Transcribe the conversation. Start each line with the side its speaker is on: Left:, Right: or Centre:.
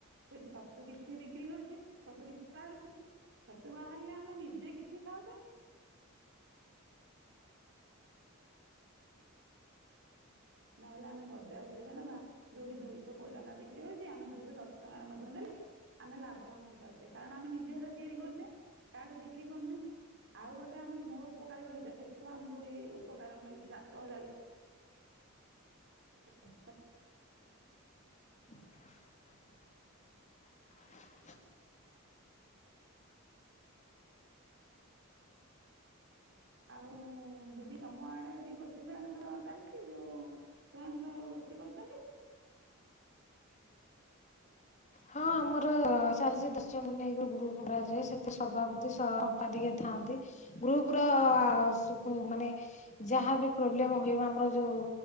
Right: ସେଠି ଛତୁ କିଛି ବିକ୍ରି ହୋଉଛି ଛତୁ କିଛି ବାହାରୁଚି ଛତୁ ବାହାରିଲେ ଆମେ ନି ଜେ କିଛି ଖାଉଚ <inaudible> ନହେଲେ ଆମେ ବଜାରକୁ ଯିବା ନବା ଯୋଉଠି ଦୁଇଶ କୋଡିଏ ଟଙ୍କା ବିକ୍ରି ହୋଉଚି ଆମେ ଦୁଇଶ ଦଶ ଟଙ୍କାରେ ମଧ୍ୟ ଦେଲେ ଆମେ ଲାଭବାନ ହେଇପାରୁଚେ କାରଣ ଆମେ ନିଜେ ହେରା ତିଆରି କରୁଚେ କାହାଠୁ ବିକ୍ରି କରୁନେ ଆଉ ଗୋଟେ ଆମର ମୋ ଉପକାରୀ ବଗିଚା ସେଠୁ ଆମକୁ ବି ଉପକାର ମିଳୁଚି ସାତ ହଜାର ଲ୍ <inaudible>
Left: <inaudible> <inaudible>
Right: ଆଉ ଦିଦି ତମ ଆଡେ ବି ଗୋଷ୍ଠୀ ସହାୟକ ସଂଘ ଚାଲିଚି ଯୋଉ ସ୍ୱୟଂ ସହାୟ ଗୋଷ୍ଠୀ କରୁଚନ୍ତି?
Left: ହଁ ଆମର ଚାଲିଚି ଦଶ ଜଣକୁ ନେଇ ଗ୍ରୁପ କରାଯାଏ ସେଥିରେ ସଭାପତି ସହମ୍ପାଦିକା ଥାଆନ୍ତି। ଗ୍ରୁପର ସବୁ ମାନେ ଯାହାବି ପ୍ରୋବ୍ଲେମ ହୁଏ ଆମର ଯୋଉ